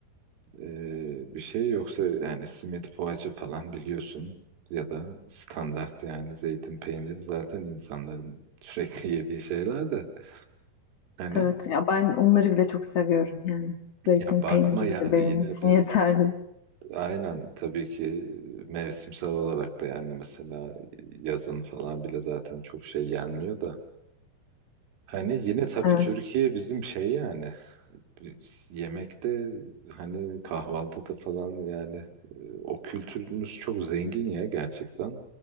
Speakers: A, on the right (about 75°); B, on the left (about 85°).
A: e, bir şey yoksa yani simit poğaça falan <laughs> biliyorsun ya da standart yani zeytin peyniri zaten insanların sürekli <laughs> yediği şeyler de hani
B: Evet ya ben onları bile çok seviyorum yani. Zeytin
A: ya bakma
B: peyniri
A: yani
B: bile benim
A: yine
B: için
A: biz
B: yeterli.
A: Aynen tabii ki mevsimsel olarak da yani mesela yazın falan bile zaten çok şey yenmiyor da. Hani yine tabii
B: Evet,
A: Türkiye bizim şey yani biz yemekte hani kahvaltıda falan yani e, o kültürümüz çok zengin ya gerçekten.